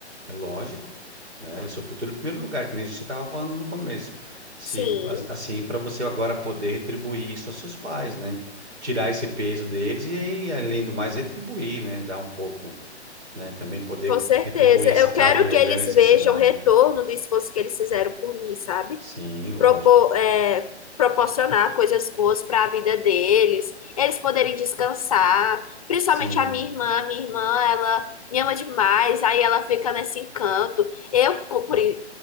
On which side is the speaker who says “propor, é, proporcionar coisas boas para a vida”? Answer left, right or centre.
Left